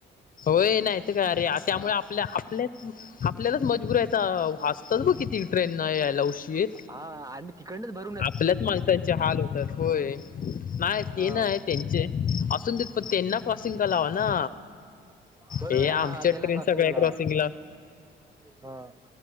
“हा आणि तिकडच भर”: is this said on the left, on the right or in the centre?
Right